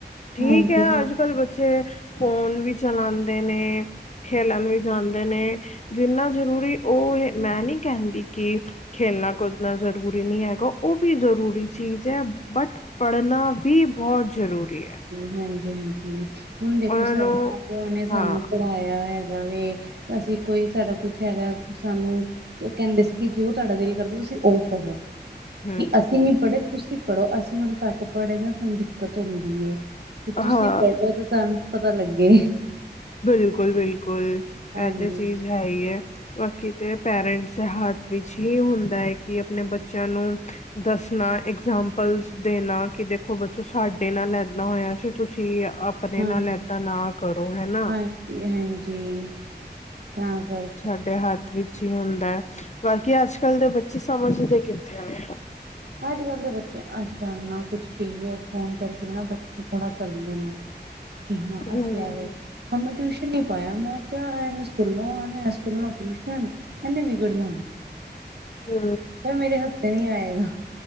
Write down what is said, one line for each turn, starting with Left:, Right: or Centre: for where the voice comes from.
Left: ਠੀਕ
Right: ਹਾਂਜੀ-ਹਾਂਜੀ
Left: ਹੈ ਅੱਜ-ਕੱਲ ਬੱਚੇ ਫੋਨ ਵੀ ਚਲਾਉਂਦੇ ਨੇ, ਖੇਲਣ ਵੀ ਜਾਂਦੇ ਨੇ ਜਿੰਨਾ ਜ਼ਰੂਰੀ ਉਹ ਏ ਮੈਂ ਨਹੀਂ ਕਹਿੰਦੀ ਕਿ ਖੇਲਣਾ-ਕੁਦਨਾ ਜ਼ਰੂਰੀ ਨਹੀਂ ਹੈਗਾ, ਉਹ ਵੀ ਜ਼ਰੂਰੀ ਚੀਜ਼ ਹੈ ਬਟ ਪੜ੍ਹਨਾ ਵੀ ਬਹੁਤ ਜ਼ਰੂਰੀ ਹੈ।
Right: ਹਾਂਜੀ-ਹਾਂਜੀ, ਹੁਣ ਦੇਖੋ
Left: ਉਹਨਾਂ
Right: ਸਾਡੇ
Left: ਨੂੰ
Right: ਮਾਂ-ਪਿਓ ਨੇ
Left: ਹਾਂ
Right: ਸਾਨੂੰ ਪੜ੍ਹਾਇਆ ਹੈ। ਜਿਵੇ ਅਸੀਂ ਕੋਈ ਸਾਡਾ ਕੁਛ ਹੈਗਾ ਸਾਨੂੰ ਕਹਿੰਦੇ ਸੀ ਕਿ ਜੋ ਤੁਹਾਡਾ ਦਿਲ ਕਰਦਾ ਤੁਸੀਂ ਉਹ ਪੜੋ।
Left: ਹਮ
Right: ਵੀ
Left: ਹਮ
Right: ਅਸੀਂ ਨਈ ਪੜ੍ਹੇ, ਤੁਸੀਂ ਪੜ੍ਹੋ ਅਸੀਂ ਹੁਣ ਘੱਟ ਪੜ੍ਹੇ ਹਾਂ ਸਾਨੂੰ ਦਿੱਕਤ ਹੁੰਦੀ ਹੇ। ਕਿ ਤੁਸੀਂ
Left: ਹਾਂ
Right: ਪੜ੍ਹੋ ਤੇ ਤੁਹਾਨੂੰ ਪਤਾ ਲੱਗੇ।
Left: ਬਿਲਕੁਲ-ਬਿਲਕੁਲ,
Right: ਹਾਂਜੀ-ਹਾਂਜੀ
Left: ਇਹ ਤੇ ਚੀਜ਼ ਹੈਹੀ ਹੇ, ਬਾਕੀ ਤੇ ਪੇਰੈਂਟਸ ਦੇ ਹੱਥ ਵਿੱਚ ਹੀ ਹੁੰਦਾ ਹੈ। ਕਿ ਆਪਣੇ ਬੱਚਿਆਂ ਨੂੰ ਦੱਸਣਾ ਇਗਜ਼ਾਮਪਲਸ ਦੇਣਾ, ਕਿ ਦੇਖੋ ਬੱਚੋ ਸਾਡੇ ਨਾਲ ਇੱਦਾ ਹੋਇਆ ਸੀ। ਤੁਸੀਂ ਆਪ ਏਦੇ
Right: ਹਾਂ
Left: ਨਾਲ ਏਦਾਂ ਨਾ ਕਰੋ ਹੈਨਾ।
Right: ਹਾਂਜੀ-ਹਾਂਜੀ, ਤਾਂ ਕਰਕੇ
Left: ਤੁਹਾਢੇ ਹੱਥ ਵਿੱਚ ਹੀ ਹੁੰਦਾ ਹੈ, ਬਾਕੀ ਅੱਜ-ਕੱਲ ਦੇ ਬੱਚੇ ਸਮਝਦੇ ਕਿੱਥੇ ਨੇ।
Right: ਅੱਜ-ਕੱਲ੍ਹ ਦੇ ਬੱਚੇ, ਅੱਜ-ਕੱਲ੍ਹ ਨਾ ਕੁਛ ਟੀ ਵੀ ਔਰ ਫੋਨ ਕਰਕੇ ਨਾ ਬੱਚੇ ਥੋੜ੍ਹਾ ਕਰਦੇ ਨੇ।
Left: <inaudible>
Right: ਜੀ ਹਾਂ
Left: ਹੂੰ
Right: ਅਸੀਂ ਐਵੇ। ਹੁਣ ਮੈਂ ਟਿਊਸ਼ਨ ਨੀ ਪਾਇਆ। ਮੈਂ ਕਿਹਾ ਇਹਨੇ ਸਕੂਲੋਂ ਆਉਣਾ, ਸਕੂਲੋਂ ਟਿਊਸ਼ਨ। ਏਨੇ ਵਿਗੜ ਜਾਣਾ।
Left: ਹੂੰ।
Right: ਫਿਰ ਮੇਰੇ ਹੱਥੇ ਨਹੀਂ ਆਏਗਾ।